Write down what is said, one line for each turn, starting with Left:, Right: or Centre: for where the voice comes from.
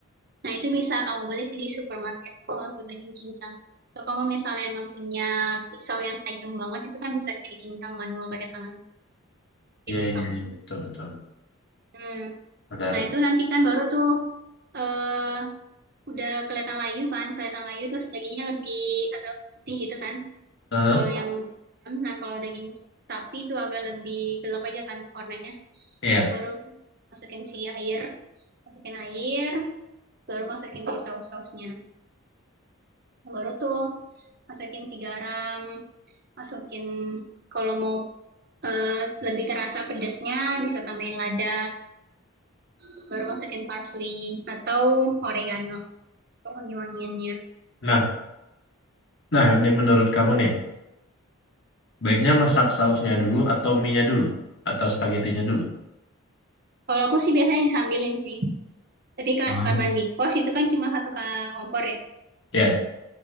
Right: Nah itu bisa kamu beli sih di supermarket kalau untuk daging cincang. Kalau kamu misalnya emang punya pisau yang tajam banget, itu kan bisa kayak cincang manual pakai tangan. kayak
Left: iya
Right: pisau.
Left: iya iya betul betul.
Right: Hmm.
Left: Menarik
Right: Nah, itu nanti kan baru tuh eh udah kelihatan layu kan, kelihatan layu terus dagingnya lebih agak putih gitu kan.
Left: Heeh,
Right: Kalau yang nah kalau daging sapi itu agak lebih gelap aja kan warnanya.
Left: Iya.
Right: Nah, itu baru masukin si air, masukin air, terus baru masukin si saus-sausnya. Nah, baru tuh masukin si garam, masukin kalau mau eh, lebih terasa pedasnya bisa tambahin lada, terus baru masukin parsley atau oregano. Oh, wangi-wangiannya.
Left: Nah, nah, ini menurut kamu nih, baiknya masak sausnya dulu atau minyak dulu atau spagettinya dulu?
Right: Kalau aku sih biasanya disambilin sih. Tadi kan
Left: Ah.
Right: karena nikos itu kan cuma satu ka- kompor ya.
Left: Ya,